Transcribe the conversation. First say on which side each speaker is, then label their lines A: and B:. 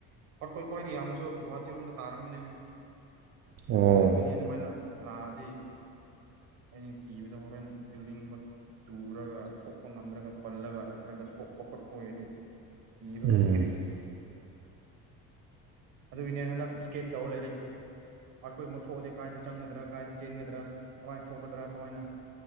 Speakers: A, on the right; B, on the right.
A: ꯑꯥꯔꯊꯀ꯭ꯋꯦꯛ ꯈ꯭ꯋꯥꯏꯗꯒꯤ ꯌꯥꯝꯃꯁꯨ ꯒꯨꯍꯥꯇꯤꯔꯣꯝꯗ ꯇꯥꯔꯝꯃꯅꯤꯅꯦ
B: ꯑꯣ
A: ꯑꯗꯨꯒꯤꯅꯦ ꯑꯗꯨꯃꯥꯏꯅ ꯂꯥꯛꯑꯗꯤ ꯑꯩꯅ ꯀꯤꯕꯗ ꯍꯣꯔꯦꯟ ꯕꯤꯜꯗꯤꯡꯒꯨꯝꯕ ꯇꯨꯔꯒ ꯊꯣꯛꯄ ꯉꯝꯗ꯭ꯔꯒ ꯄꯜꯂꯒ ꯅꯠꯇ꯭ꯔꯒ ꯁꯣꯛꯄ ꯈꯣꯠꯄ ꯑꯣꯏꯔꯗꯤ ꯀꯤꯕ
B: ꯎꯝ ꯉꯁꯥꯏ
A: ꯑꯗꯨꯒꯤꯅꯦ ꯍꯟꯗꯛ ꯁ꯭ꯀꯦꯟ ꯇꯧꯔ ꯂꯩꯔꯦ ꯑꯥꯔꯀ꯭ꯋꯦꯛ ꯑꯃ ꯊꯣꯛꯑꯗꯤ ꯀꯥꯏꯗ ꯆꯪꯒꯗ꯭ꯔꯥ ꯀꯥꯏꯗ ꯆꯦꯟꯒꯗ꯭ꯔꯥ ꯀꯃꯥꯏꯅ ꯊꯣꯛꯀꯗ꯭ꯔꯥ ꯀꯃꯥꯏꯅ